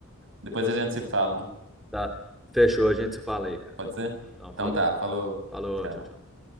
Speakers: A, on the right; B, in the centre.
A: Depois a gente se fala.
B: Tá. Fechou, a gente se fala aí, cara.
A: Pode ser?
B: Então,
A: Então
B: falou.
A: tá, falou.
B: Falou,
A: Tchau.
B: tchau, tchau.